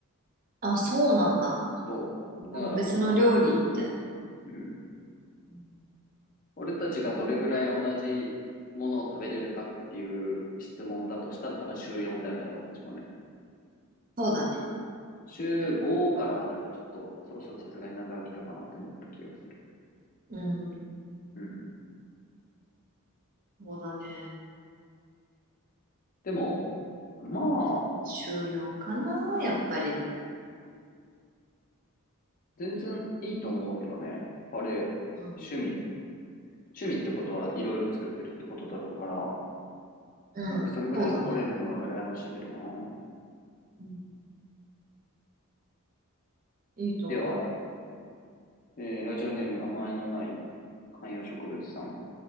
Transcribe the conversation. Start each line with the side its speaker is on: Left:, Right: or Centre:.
Right: あ、そうなんだ。
Left: そう。
Right: もう別の料理みたいな。
Left: だから、まあ、うん
Right: うん
Left: 俺たちがどれぐらい同じものを食べれるかっていう質問だとしたら多分週4だよね、俺たちもね。
Right: そうだね。
Left: 週5からはなんかちょっとそろそろさすがに鍋飽きたかなってなった気がする。
Right: うん。
Left: うん。
Right: そうだね。
Left: でも、まあ、
Right: 週4かな、やっぱりでも。
Left: 全然いいと思うけどね。あれ、
Right: うん。
Left: 趣味。趣味ってことはいろいろ作ってるってことだろうから、
Right: うん、
Left: なんかそれぐらい来れるのは羨ましいけどな。
Right: そうだね。うん。いいと思うよ。
Left: では、えーラジオネーム名前のない観葉植物さん。